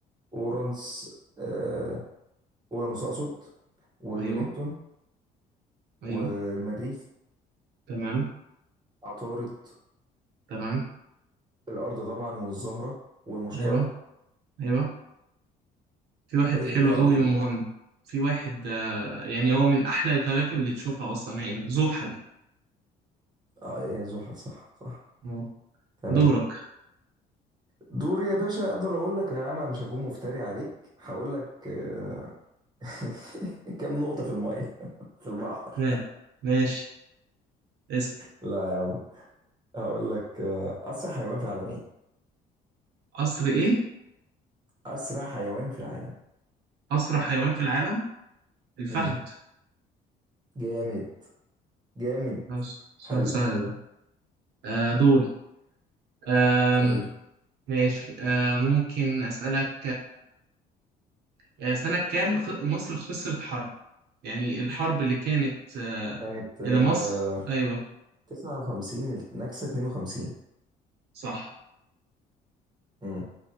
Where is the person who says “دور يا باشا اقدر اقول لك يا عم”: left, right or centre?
Right